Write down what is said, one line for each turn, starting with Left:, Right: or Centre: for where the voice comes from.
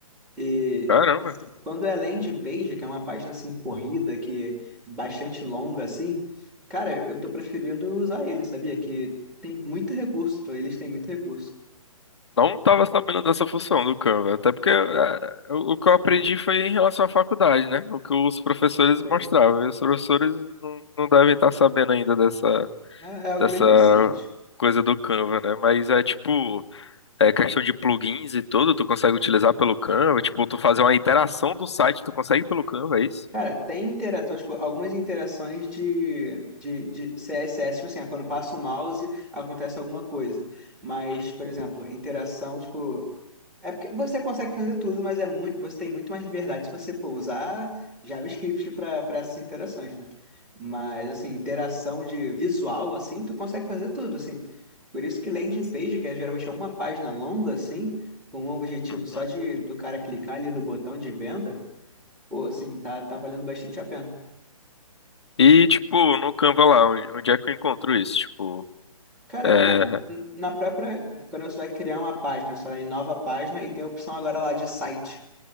Centre: E
Left: Caramba.
Centre: quando é landing page, que é uma página assim corrida, que é bastante longa assim, cara, eu tô preferindo usar ele, sabia? Que tem muito recurso, eles têm muito recurso.
Left: Não tava sabendo dessa função do Canva. Até porque é, o o que eu aprendi foi em relação à faculdade, né? O que os professores
Centre: Tem.
Left: mostravam. E os professores não, não devem estar sabendo ainda dessa,
Centre: É, é algo
Left: dessa
Centre: bem recente.
Left: coisa do Canva, né? Mas é tipo. É questão de plugins e tudo, tu consegue utilizar pelo Canva, tipo, tu fazer uma interação do site, tu consegue pelo Canva, é isso?
Centre: Cara, tem interação, tipo, algumas interações de, de, de CSS, tipo assim, ah, quando passa o mouse acontece alguma coisa. Mas,
Left: Hum,
Centre: por exemplo, interação, tipo, é porque você consegue fazer tudo, mas é muito, você tem muito mais liberdade se você pô, usar JavaScript para para essas interações, né? Mas assim, interação de visual assim, tu consegue fazer tudo, assim. Por isso que landing page, que é geralmente é uma página longa assim, com um objetivo
Left: uhum.
Centre: só de do cara clicar ali no botão de venda, Pô, assim, tá, tá valendo bastante a pena.
Left: E, tipo, no Canva lá, onde onde é que eu encontro isso? Tipo,
Centre: Cara,
Left: é...
Centre: na, na própria, quando você vai criar uma página, você vai em nova página e tem a opção agora lá de site.